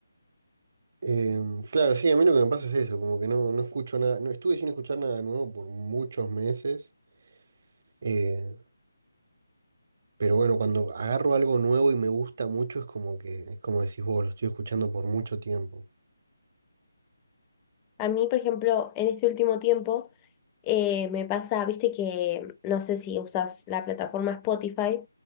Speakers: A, on the right (about 45°); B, on the left (about 15°).
A: Em, claro, sí, a mí lo que me pasa es eso, como que no, no escucho nada, no estuve sin escuchar nada nuevo por muchos meses, eh, pero bueno, cuando agarro algo nuevo y me gusta mucho es como que, es como decís vos, lo estoy escuchando por mucho tiempo.
B: A mí, por ejemplo, en este último tiempo eh, me pasa, viste que no sé si usas la plataforma Spotify,